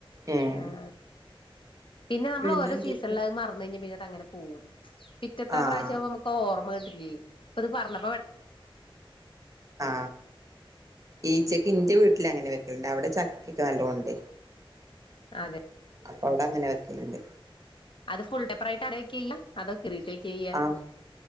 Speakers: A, on the right (about 35°); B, on the left (about 60°).
A: ഏ
B: ആഹ പിന്നെ നമ്മൾ
A: പിന്നെന്തൊക്കെ?
B: ഓരോ സീഷണില് അത് മറന്ന് കഴിഞ്ഞാ പിന്നെ അങ്ങെ പോകും പിറ്റത്തെ
A: ആഹ്
B: പ്രാവശ്യം്പ നമുക്ക് ഓമ്മ കിട്ടില്ലേ ഇപ്പൊ ഇത് പറഞ്ഞ
A: ആ ഈച്ചക്ക് ഇന്റെ വീട്ടിൽങ്ങനെ അവിടെ ചക്കൊക്കെ നല്ലതോണ്ട്
B: അതെ
A: അപ്പൊ അവിട അങ്ങനെ വെക്കലണ്ട്
B: അത് ഫുൾ ടെപ്പ്രായിട്ട് അൊക്കെ ചെയ്യ അതൊക്കെ ഇറിീട്ടൊക്കെ ചെയ്യാ
A: ആഹ്